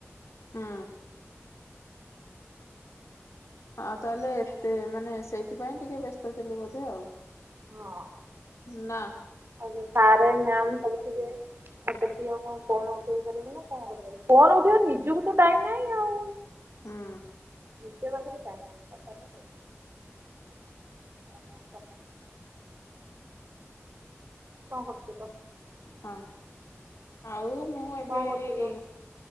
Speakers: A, on the left; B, on the right.
A: ହୁଁ ହଁ ତାହେଲେ ଏତେ ମାନେ ସେଇଥିପାଇଁ ଟିକେ ବ୍ୟସ୍ତ ଥିଲୁ ବୋଧେ ଆଉ।
B: ହଁ
A: ନା
B: ଆଉ ସାରେ ମ୍ୟାମ ସବୁଥିବେ। ଆଉ ସେଠି ଆଉ କଣ ଫୋନ୍ ଉଠେଇ ପାରିବୁ ନା କଣ କରିପାରିବୁ ଫୋନ୍ ଉଠେଇବ ନିଜକୁ ତ ଟାଇମ ନାଇଁ ଆଉ।
A: ହୁଁ
B: ନିଜ ପାଖରେ ଟାଇମ୍ ନାହିଁ। କଥାଟା ସେଇଆ <inaudible> କଣ କରୁଛୁ କହ
A: ହଁ ଆଉ ମୁଁ ମୁଁ ଏବେ
B: କଣ କରୁଥିଲୁ
A: ଏଇ